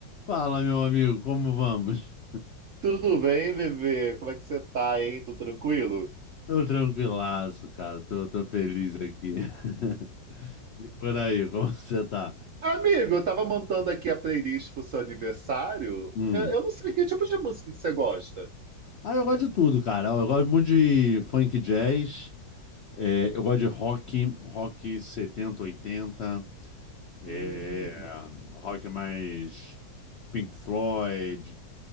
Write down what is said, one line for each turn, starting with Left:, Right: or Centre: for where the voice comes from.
Left: Fala, meu amigo, como vamos?
Right: Tudo bem, bebê? Como é que você tá, hein? Tudo tranquilo?
Left: Tô tranquilaço, cara. Tô, tô feliz aqui. <laughs> E por aí, como você tá?
Right: Amigo, eu tava montando aqui a playlist pro seu aniversário.
Left: Hum.
Right: Eu, eu não sei que tipo de música que você gosta.
Left: Ah, eu gosto de tudo, cara. Eu gosto muito de funk jazz. É, eu gosto de rock, rock 70, 80, É,
Right: Hum.
Left: rock mais Pink Floyd,